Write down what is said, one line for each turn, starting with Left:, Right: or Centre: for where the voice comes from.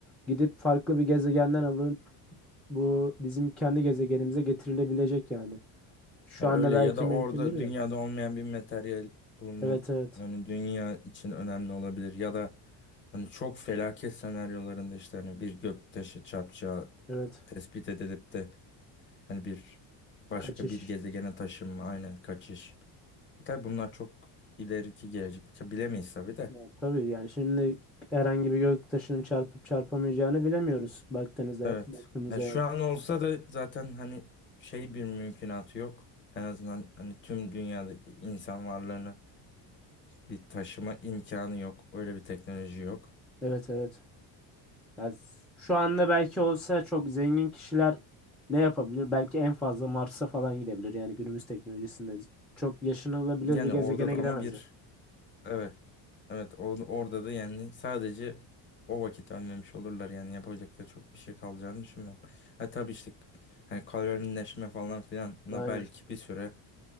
Centre: gidip farklı bir gezegenden alınıp bu bizim kendi gezegenimize getirilebilecek yani. Şu
Left: Ya öyle
Centre: anda belki
Left: ya da
Centre: mümkün
Left: orada
Centre: değil
Left: dünyada
Centre: de.
Left: olmayan bir materyal bulunup
Centre: Evet evet.
Left: hani dünya için önemli olabilir ya da hani çok felaket senaryolarında işte hani bir göktaşı çarpacağı
Centre: Evet.
Left: tespit edilip de hani bir başka
Centre: Kaçış.
Left: bir gezegene taşınma aynen kaçış. Tabii bunlar çok ileriki gelecekçe bilemeyiz tabii de.
Centre: Ya tabii yani şimdi herhangi bir göktaşının çarpıp çarpamayacağını bilemiyoruz baktığınızda
Left: Evet.
Centre: baktığımızda
Left: Ya şu
Centre: yani.
Left: an olsa da zaten hani şey bir mümkünatı yok. En azından hani tüm dünyadaki insan varlığını bir taşıma imkanı yok. Öyle bir teknoloji yok.
Centre: Evet evet. Ya s- şu anda belki olsa çok zengin kişiler ne yapabilir? Belki en fazla Mars'a falan gidebilir. Yani günümüz teknolojisinde z- çok yaşanılabilir
Left: Yani
Centre: bir gezegene
Left: orada da
Centre: gidemezdi.
Left: ama bir evet evet or- orada da yani sadece o vakit önlemiş olurlar yani yapacak da çok bir şey kalacağını düşünmüyorum. Ha tabii işte hani kalorileşme falan filanla
Centre: Aynen.
Left: belki bir süre